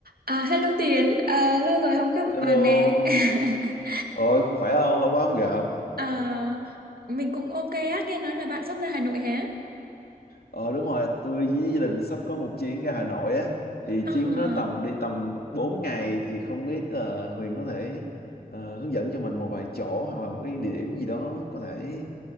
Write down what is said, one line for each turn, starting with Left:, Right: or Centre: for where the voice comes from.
Right: À, hello Tiến, à, lâu rồi không gặp
Left: Hello,
Right: bà nè. <laughs>
Left: ờ khỏe không? Lâu quá không gặp.
Right: à, mình cũng ok á, nghe nói là bạn sắp ra Hà Nội hả?
Left: Ờ đúng rồi, tôi với gia đình sắp có một chuyến ra Hà Nội á, thì
Right: À,
Left: chuyến đó tầm đi tầm 4 ngày thì không biết là Huyền có thể ờ, hướng dẫn cho mình một vài chỗ hoặc là một cái địa điểm gì đó có thể